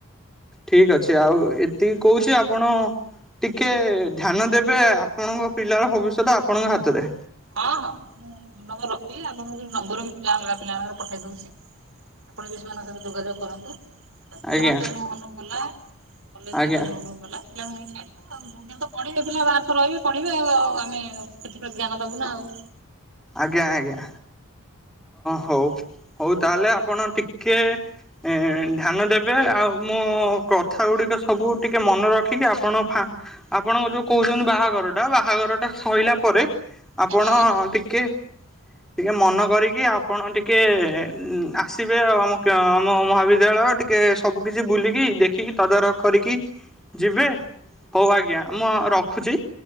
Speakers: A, in the centre; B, on the right.
A: ଠିକ ଅଛି ଆଉ ଏତିକି କହୁଛି ଆପଣ ଟିକେ ଧ୍ୟାନ ଦେବେ ଆପଣଙ୍କ ପିଲାର ଭବିଷ୍ୟତ ଆପଣଙ୍କ ହାତରେ।
B: ହଁ ହଁ ମୁଁ ଫୋନ ନମ୍ବର ରଖିଲି ଆପଣଙ୍କୁ ନମ୍ବର ପିଲାମାନଙ୍କର ପଠେଇ ଦଉଛି। ଆପଣ ବି ସେମାନଙ୍କ ସହିତ ଯୋଗାଯୋଗ କରନ୍ତୁ। ଯଦି
A: ଆଜ୍ଞା
B: ହଷ୍ଟେଲ ମୋ ମନକୁ ଗଲା କଲେଜ
A: ଆଜ୍ଞା
B: କ୍ୟାମ୍ପସ ମନକୁ ଗଲା ପିଲାଙ୍କୁ ନେଇ ଛାଡିବା ଆଉ ଯୋଉଠି ତ ହେଲେ ପଢ଼ିବେ ପିଲା ବାହାରେ ତ ରହିବେ ପଢ଼ିବେ ଆମେ ସେଥିପ୍ରତି ଧ୍ୟାନ ଦବୁନା ଆଉ।
A: ଆଜ୍ଞା ଆଜ୍ଞା ହଉ। ହଉ ତାହାଲେ ଆପଣ ଟିକେ ଆ ଏ ଧ୍ୟାନ ଦେବେ ଆଉ ମୋ କଥା ଗୁଡିକ ସବୁ ଟିକେ ମନେ ରଖିକି ଆପଣ ଫା ଆପଣ ଯୋଉ କହୁଛନ୍ତି ବାହାଘର ଟା ବାହାଘର ଟା ସଇଲା ପରେ ଆପଣ
B: ହଁ ହଁ
A: ଟି <inaudible> ଟିକେ ମନ କରିକି ଆପଣ ଟିକେ ଆସିବେ। ଆ ଆମ ଆମ ମହାବିଦ୍ୟାଳୟ ଟିକେ ସବୁ କିିଛି ବୁଲିକି ଦେଖିକି ତଦାରଖ କରିକି ଯିବେ। ହଉ ଆଜ୍ଞା ମୁଁ ରଖୁଛି।